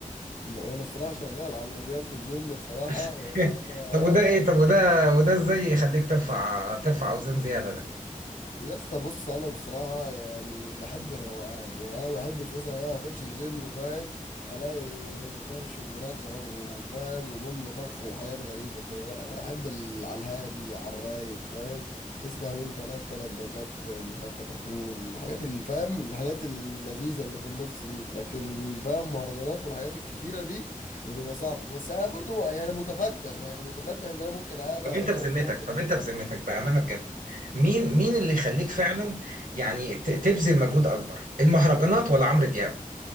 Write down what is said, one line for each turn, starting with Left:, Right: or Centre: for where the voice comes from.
Left: م- وانا الصراحه شغال عمرو دياب في الجيم الصراحه
Right: <laughs>
Left: يعني انا
Right: طب وده ايه طب وده وده ازاي يخليك ترفع ترفع اوزان زياده ده
Left: يا اسطى بص انا بصراحه يعني بحب الروقان يعني انا ما بحبش مثلا انا اخش الجيم فاهم الاقي طرش ورزع وفاهم وبوم طخ وحاجات غريبه كده لا انا احب ال- على الهادي على الرايق فاهم تسمع يوم تلات تلات بنات مش عارف خطفوه الحاجات اللي فاهم الحاجات اللذيذه اللي في النص دي لكن فاهم مهرجانات والحاجات الكتيره دي بتبقى صعبه بس انا برضو يعني متفتح يعني متفتح ان انا ممكن عادي
Right: طب
Left: اغير
Right: انت بذمتك
Left: ذوقي
Right: طب انت بذمتك بامانه بجد مين مين اللي يخليك فعلا يعني ت- تبذل مجهود اكبر المهرجانات ولا عمرو دياب